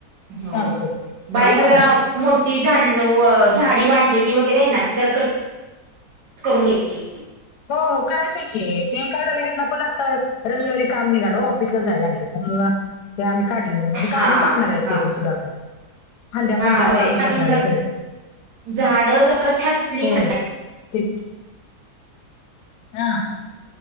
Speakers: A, on the right; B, on the left.
A: हा
B: चालतंय मग
A: बाहेरच
B: ठेवू
A: जरा
B: का मग
A: आव मोठी झाडी व झाडी वाढलेली वगैरे आहे ना ती जरा कट करून घ्यायची.
B: हो हो करायचंय की ते काढायला ह्याना पण आता रविवारी काम निघाल हो, ऑफिसला जायला लागलं त्यामुळ. ते आम्ही काढले नाही, नाही त
A: हा
B: काढून टाकणार आहेत
A: हा
B: ते पण सुद्धा आता. फांद्या, फांद्या
A: हा होय
B: काढून
A: छाटून
B: टाकणार
A: झाड
B: ये सगळ्या
A: झाड जरा छाटली
B: होय.
A: क
B: तेच. हा!